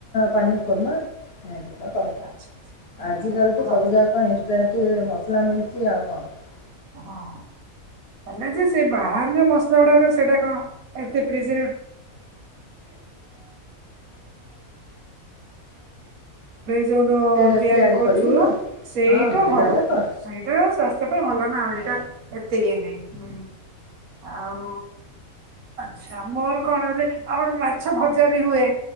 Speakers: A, on the left; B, on the right.
A: ପନିର ଫର୍ମା କରନ୍ତି
B: ଆଚ୍ଛା, ଆଚ୍ଛା ଏମିତିକା
A: ଆଜି କାଲି ତ
B: ହଉ
A: ସବୁ ଯାକ ଇନଷ୍ଟା ମସଲା ମିଳଛି ଆଉ କଣ
B: ହଁ ହେଲେ ଯେ ସେ ବାହାରେ ଯୋଉ ମସଲା ଗୁଡାର ସେଇଟା କଣ ଏତେ ପ୍ରିଜି ଯୋଉ ଡୋ
A: ସେ
B: ତିଆରି କରୁଚୁ
A: କରିବି କ
B: ସେଇଟା
A: ହଁ ଏଇଟା
B: ଭଲ
A: ହେଲେ କର
B: ସେଇଟା ସ୍ୱାସ୍ଥ୍ୟ ପାଇଁ ଭଲ। ମାଉଁ
A: ହଁ
B: ଏଇଟା ଏତିକି। ହୁଁ ଆଉ ଆଛା ମୋର କଣ ବଲେ ଆଉ ଗୋଟେ ମାଛ ଭଜା ବି ହୁଏ।